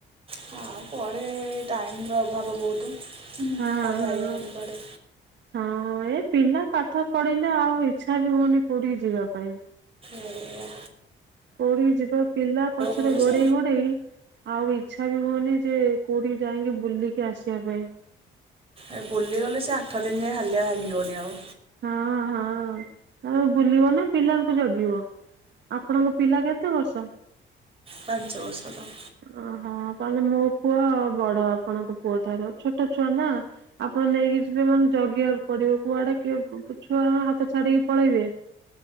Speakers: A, on the right; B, on the right.
A: ହଁ ପରେ। ସେଇ ଟାଇମର ଅଭାବ ବହୁତ। ହୁଁ,
B: ହଁ
A: ଆଉ ଯାଇହବନି
B: ହଁ।
A: କୁଆଡ଼େ
B: ହଁ ଏ ପିଲା ପାଠ ପଢିଲେ ଆଉ ଇଚ୍ଛା ବି ହଉନି ପୋଉଠିକି ଯିବା ପାଇଁ।
A: ଏଇଆ।
B: କୋଠୀ ଯିବ ପିଲା ପଛରେ
A: ପଡ଼ୁଛି
B: ଗୋଡେଇ ଗୋଡେଇ ଆଉ ଇଚ୍ଛା ବି ହଉନି ଯେ କୋଉଠିକି ଯାଇକି ବୁଲିକି ଆସିବା ପାଇଁ।
A: ଏ ବୁଲିଗଲେ ସେ ଆଠ ଦିନ ଯାଏ ହାଲିଆ ଭାଙ୍ଗିିବନି ଆଉ।
B: ହଁ ହଁ ବୁଲିବ ନା ପିଲାଙ୍କୁ ଜଗିବ। ଆପଣଙ୍କ ପିଲା କେତେ ବର୍ଷ?
A: ପାଞ୍ଚବର୍ଷ ର।
B: ଓହଁ ତାହେଲେ ମୋ ପୁଅ ବଡ ଆପଣଙ୍କ ପୁଅ ଠାରୁ ଛୋଟ ଛୁଆ ନା। ଆପଣ ନେଇକି ଯିବେ ମାନେ ଜଗିବାକୁ ପଡିବ କୁଆଡେ କିଏ ଛୁଆ ହାତ ଛାଡିକି ପଳେଇବେ